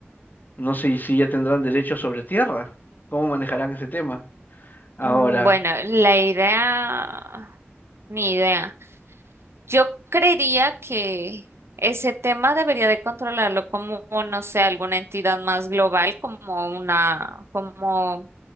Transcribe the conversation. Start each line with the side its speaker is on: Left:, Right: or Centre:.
Left: No sé si ya tendrán derecho sobre tierra. ¿Cómo manejarán ese tema? Ahora,
Right: Mm, Bueno, la idea, ni idea. Yo creería que ese tema debería de controlarlo como, no sé, alguna entidad más global, como una, como